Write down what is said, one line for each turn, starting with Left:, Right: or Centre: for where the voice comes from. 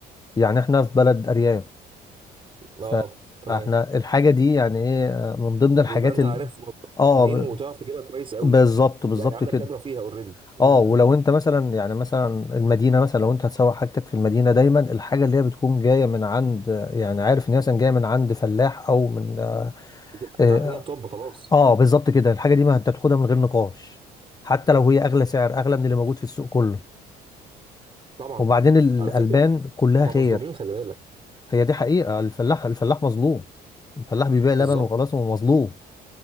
Left: يعني احنا في بلد ارياف ف-
Right: اه تمام
Left: فاحنا الحاجة دي يعني ايه من ضمن الحاجات
Right: بتبقى انت
Left: ال...
Right: عارف
Left: اه
Right: منين
Left: ب-
Right: وتعرف تجيبها كويس قوي
Left: بالظبط بالظبط
Right: يعني عندك
Left: كده
Right: خبره فيها اوريدي امم
Left: اه ولو انت مثلا يعني مثلا المدينة مثلا لو انت هتسوق حاجتك في المدينة دايما الحاجة اللي هي بتكون جاية من عند يعني عارف ان هي مثلا جاية من عند فلاح او من آه،
Right: بتبقى
Left: آه،
Right: انت عارف ان هي توب خلاص
Left: اه بالظبط كده الحاجه دي ما انت بتاخدها من غير نقاش حتى لو هي اغلى سعر اغلى من اللي موجود في السوق كله
Right: طبعا
Left: وبعدين الالبان
Right: على فكره
Left: كلها
Right: هم
Left: خير
Right: مظلومين خلي بالك
Left: هي دي حقيقه الفلاح الفلاح مظلوم الفلاح بيبيع لبن
Right: بالظبط
Left: وخلاص هو مظلوم